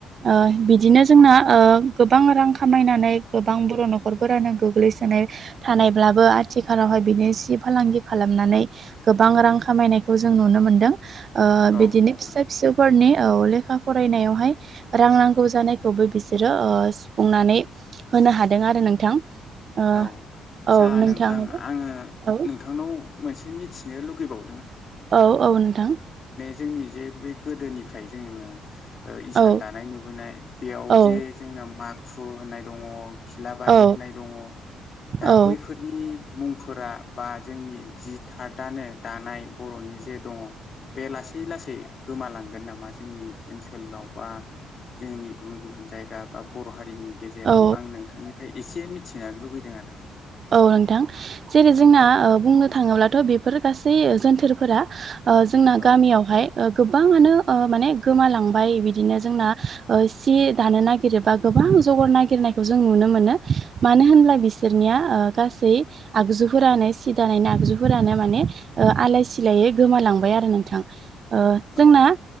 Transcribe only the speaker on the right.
ओ बिदिनो जोंना ओ गोबां रां खामायनानै गोबां बर' न'खरफोरानो गोग्लैसोनाय थानायब्लाबो आथिखालावहाय बिनि सि फालांगि खालामनानै गोबां रां खामायनायखौ जों नुनो मोन्दों ओ
बिदिनो
फिसा फिसौ फोरनि औ लेखा फरायनायावहाय रां नांगौ जानायखौबो बिसोरो ओ सुफुंनानै होनो हादों आरो नोंथां। ओ
औ नोंथाङाबो
औ
औ औ नोंथां।
औ
औ
औ
औ
औ
औ नोंथां जेरै जोंना
बुंनो थाङोब्ला। थ बेफोर गासै जोनथोरफोरा ओ जोंना
गामियावहाय। गोबाङानो माने गोमालांबाय बिदिनो जोंना ओ सि दानो नागिरोबा। गोबां जगार नागिरनायखौ जों नुनो मोनो मानो होनब्ला बिसोरनिया। ओ गासै आगजुफोरानो सि दानायनि आगजुफोरानो माने ओ आलाय सिलायै गोमालां। लांबाय आरो नोंथां। ओ जोंना